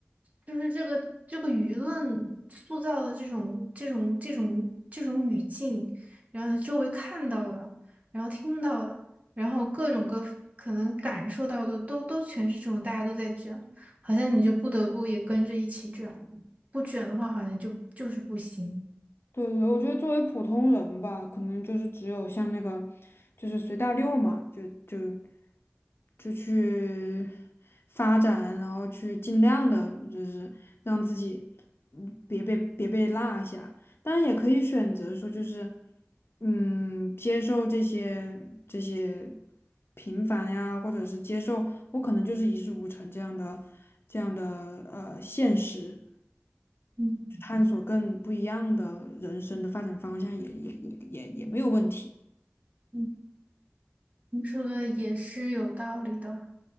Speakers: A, on the right; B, on the left.
A: 就是这个这个舆论塑造的这种这种这种这种语境，然后周围看到的，然后听到的，然后各种各可能感受到的都都全是这种，大家都在卷，好像你就不得不也跟着一起卷了不卷的话好像就就是不行。
B: 对对对我觉得作为普通人吧，可能就是只有像那个，就是随大溜嘛，就就就去发展，然后去尽量的，就是让自己嗯别被别被落下。当然也可以选择说，就是嗯，接受这些这些平凡呀，或者是接受我可能就是一事无成这样的这样的呃现实。
A: 嗯
B: 探索更不一样的人生的发展方向也，也也也也没有问题。
A: 嗯。你说的也是有道理的。